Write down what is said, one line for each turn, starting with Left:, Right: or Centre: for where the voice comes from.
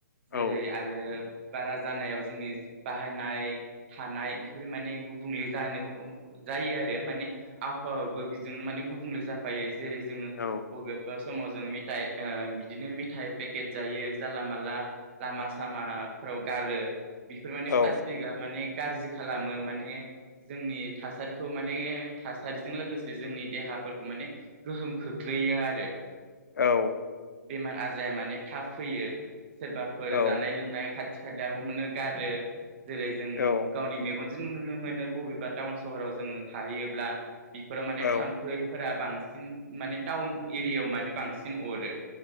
Right: जेरै
Left: औ
Right: आरो बारा जानायाव जोंनि बाहायनाय थानाय बेफोर माने गुबुंले जानो जायो आरो माने आबहावाबो बेजोंनो माने गुबुंले जाफायो। जेरै जोङो
Left: औ
Right: बबेबा समाव जों मेथाइ ओ बिदिनो मेथाइ पेकेट जायो जानला मानला लामा सामाफ्राव गारो। बेफोर माने
Left: औ
Right: प्लास्टिकआ माने गाज्रि खालामो माने जोंनि थासारिखौ माने थासारिजों लोगोसे जोंनि देहाफोरखौ माने गोहोम खोख्लैयो आरो।
Left: औ
Right: बेमार आजाया माने थाब फैयो। सोरबाफोर
Left: औ
Right: जानाय लोंनाय खाथि खाथि खालायावनो गारो। जेरै जों
Left: औ
Right: गावनि मेगन जों नुनो मोनो बबेबा टाउन सहराव जोङो थाहैयोब्ला। बेफोराव माने
Left: औ
Right: थाम्फै बांसिन माने टाउन एरियायाव माने बांसिन अरो